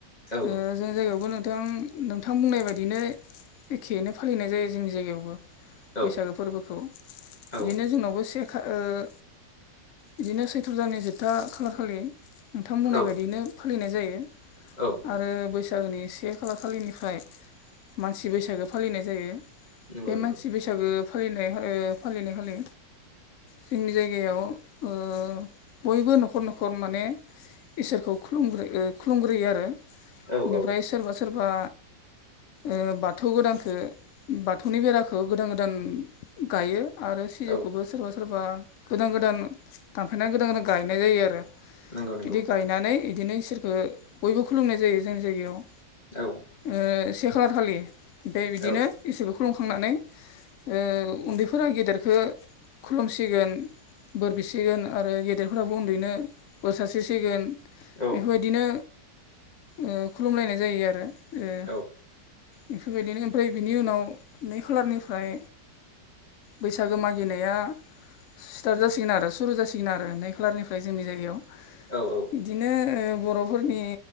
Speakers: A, on the left; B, on the left.
A: औ
B: ओह जोंनि जायगायावबो नोंथां नोंथां बुंनाय बायदिनो एखेयोनो फालिनाय जायो जोंनि जायगायावबो
A: औ
B: बैसागो फोरबोखौ बिदिनो
A: औ
B: जोंनावबो से खा ओह बिदिनो सैथ्र'दाननि जोबथा खालखालि नोंथां बुंनाय
A: औ
B: बायदियैनो फालिनाय जायो
A: औ
B: आरो बैसागोनि से खालार खालिनिफ्राय मानसि बैसागो फालिनाय जायो
A: नंगौ
B: बे
A: नंगौ
B: मानसि बैसागो फालिनाय ओह फालिनाय खालि जोंनि जायगायाव ओह बयबो न'खर न'खर माने इसोरखौ खलुम खुलुमग्रोयो आरो
A: औ
B: बेनिफ्राय
A: औ
B: सोरबा सोरबा ओह बाथौ गोदानखो बाथौनि बेराखौ गोदान गोदान गायो आरो सिजौखौबो
A: औ
B: सोरबा सोरबा गोदान गोदान दानफायना गोदान गोदान गायनाय जायो आरो
A: नंगौ नंगौ
B: बिदि गायनानै इदिनो इसोरखौ बयबो खुलुमनाय जायो जों जायगायाव
A: औ
B: ओह से खालार खालि ओमफ्राय बिदिनो
A: औ
B: इसोरखौ खुलुमखांनानै ओह उन्दैफोरा गेदेरखो खुलुमसिगोन बोर बिसि सिगोन आरो गेदेरफोराबो उन्दैनो बोसोर सार्सि सिगोन
A: औ
B: बेफोरबादिनो ओह खुलुमलायनाय जायो आरो ओह
A: औ
B: बेफोरबादिनो ओमफ्राय बिनि उनाव नै खालारनिफ्राय बैसागो मागिनाया स्टार्ट जासिगोन आरो सुरु जासिगोन आरो नै खालारनिफ्राय जोंनि जायगायाव
A: औ औ
B: बिदिनो बर'फोरनि